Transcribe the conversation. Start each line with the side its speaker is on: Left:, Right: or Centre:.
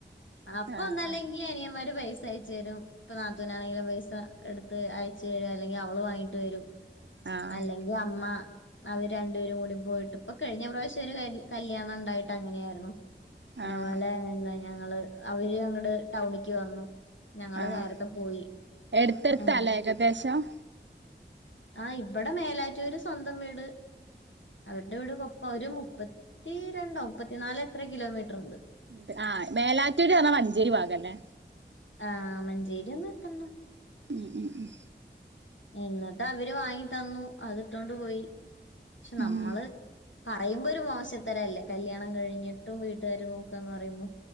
Left: അപ്പൊന്നെല്ലങ്കില്
Right: ആഹ്
Left: അനിയൻമാര് പൈസ അയച്ച് തരും ഇപ്പ നാത്തൂനാണെങ്കിലും പൈസ എടുത്ത് അയച്ചു തരും അല്ലെങ്കി അവള് വാങ്ങിട്ട് വരും
Right: ആഹ്
Left: അല്ലെങ്കി അമ്മ അവര് രണ്ടുപേരും കൂടി പോയിട്ട് ഇപ്പൊ കഴിഞ്ഞ പ്രാവശ്യം ഒരു കല്യാ കല്യാണം ഒണ്ടായിട്ട് അങ്ങനെയായിരുന്നു പിന്ന
Right: ആഹ്
Left: പോലെ എന്താ ഞങ്ങള് അവര് അങ്ങട് ടൗണിക്ക് വന്നു ഞങ്ങള്
Right: ആഹ്
Left: നേരത്തെ പോയി
Right: എടുത്തെടുത്താല്ലേ
Left: എന്നി
Right: ഏകദേശം
Left: ആഹ് ഇവിടെ മേലാറ്റൂര് സ്വന്തം വീട് അവരുടെ വീട് കൊ ഒരു മുപ്പത്തിരണ്ടോ മുപ്പത്തിനാല് എത്ര കിലോമീറ്റർ ഒണ്ട്
Right: <unintelligible> ആഹ് മേലാറ്റൂര് പറഞ്ഞാ മഞ്ചേരി ഭാഗം അല്ലേ
Left: ആഹ് മഞ്ചേരി ഒന്നും എത്തണ്ട.
Right: ഉം ഉം ഉം
Left: എന്നിട്ട് അവര് വാങ്ങി തന്നു അതിട്ടോണ്ട് പോയി പക്ഷേ
Right: ഉം
Left: നമ്മള്
Right: ഉം
Left: പറയുമ്പൊ ഒരു മോശത്തരല്ലേ കല്ല്യാണം കഴിഞ്ഞിട്ടും വീട്ടുകാര് നോക്കാന്ന് പറയുമ്പോ